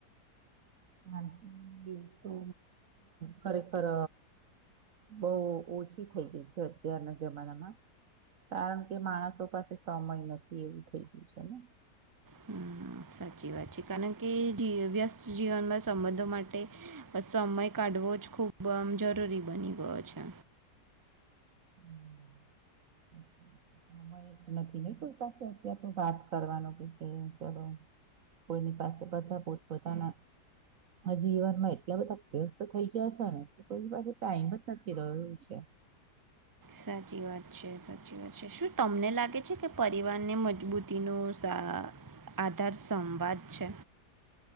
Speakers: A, on the right; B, on the right.
A: હમ હ તો ખરેખર. બહુ ઓછી થઈ ગઈ છે અત્યારના જમાનામાં કારણ કે માણસો પાસે સમય નથી એવું થઈ ગયું છે ને
B: હમ, સાચી વાત છે કારણ કે વ્યસ્ત જીવનમાં સંબંધો માટે સમય કાઢવો જ ખૂબ આ જરૂરી બની ગયો છે.
A: હમ. <unintelligible> કોઈ પાસે <unintelligible> તો વાત કરવાનું <unintelligible> કોઈની પાસે બધા પોત બધાના. આ જીવનમાં એટલા બધા <unintelligible> તો થઈ ગયા છે, ને કોઈ પાસે ટાઈમ જ નથી રહ્યો છે.
B: સાચી વાત છે, સાચી વાત છે, શું તમને લાગે છે, કે પરિવારને મજબૂતી ન સાર આધાર સંવાદ છે.